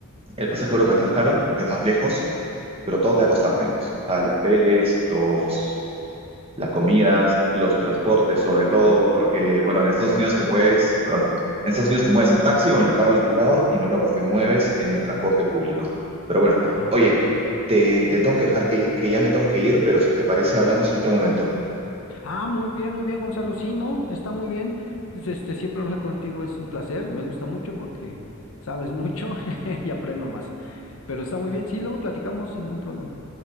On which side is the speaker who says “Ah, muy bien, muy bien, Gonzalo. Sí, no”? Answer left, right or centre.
Left